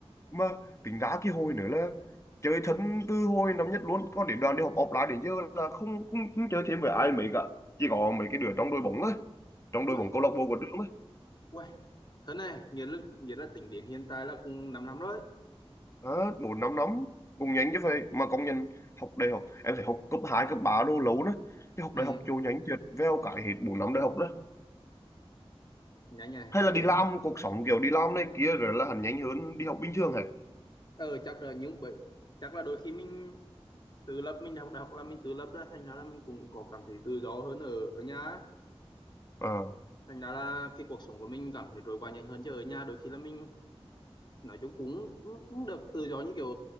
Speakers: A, on the left; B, on the left.
A: mà tính ra cái hồi nữa là chơi thân từ hồi năm nhất luôn còn đến đoàn đi học offline đến giờ là không không, không chơi thêm với ai mấy cả chỉ có mấy cái đứa trong đội bóng thôi trong đội
B: quay
A: bóng câu lạc bộ của trường thôi
B: quay thế này nghĩa là nghĩa là tính đến hiện tại là cũng 5 năm năm rồi
A: à, bốn năm năm cũng nhanh chứ vậy mà công nhận học đại học em phải học cấp 2 cấp 3 đô lâu nữa chứ học
B: ừ
A: đại học chỗ nhanh thiệt veo cái hết bốn năm đại học đó.
B: nhanh nhỉ
A: hay
B: nói
A: là đi
B: chung
A: làm cuộc sống kiểu đi làm này kia rồi là hẳn nhanh hơn đi học bình thường hả
B: ờ chắc là những bởi chắc là đôi khi mình tự lập mình học đại học là mình tự lập ra thành ra là mình cũng có cảm thấy tự do hơn ở ở nhà á.
A: Ờ.
B: thành ra là cái cuộc sống của mình cảm thấy trôi qua nhanh hơn chứ ở nhà đôi khi là mình nói chung cũng cũng cũng được tự do như kiểu